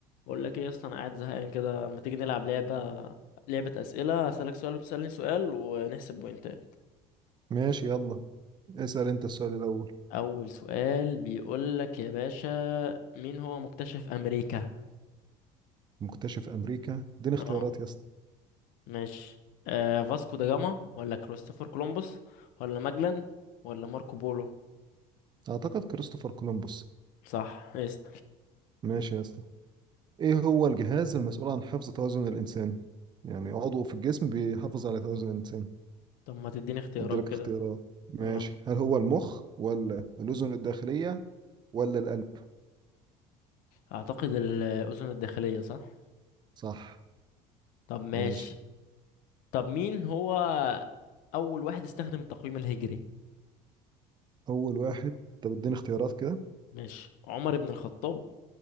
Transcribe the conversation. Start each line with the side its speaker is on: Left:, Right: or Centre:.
Left: بقول لك ايه يا اسطى انا قاعد زهقان كده ما تيجي نلعب لعبه لعبه اسئله اسالك سؤال وتسالني سؤال ونحسب بوينتات
Right: ماشي يلا اسأل انت السؤال الأول
Left: اول سؤال بيقول لك يا باشا مين هو مكتشف امريكا
Right: مكتشف أمريكا اديني اختيارات
Left: اه
Right: يا اسطى
Left: ماشي آه فاسكو دا جاما ولا كريستوفر كولومبوس ولا ماجلان ولا ماركو بولو
Right: أعتقد كريستوفر كولومبوس
Left: صح اسال
Right: ماشي يا اسطى ايه هو الجهاز المسؤول عن حفظ توازن الإنسان يعني عضو في الجسم بيحافظ على توازن الإنسان
Left: <laughs> طب ما تديني اختيارات
Right: اديلك
Left: كده
Right: اختيارات ماشي
Left: اه
Right: هل هو المخ ولا الأذن الداخلية ولا القلب
Left: اعتقد الاذن الداخليه صح
Right: صح
Left: طب ماشي
Right: ماشي
Left: طب مين هو اول واحد استخدم التقويم الهجري
Right: أول واحد طب اديني اختيارات كده
Left: ماشي عمر بن الخطاب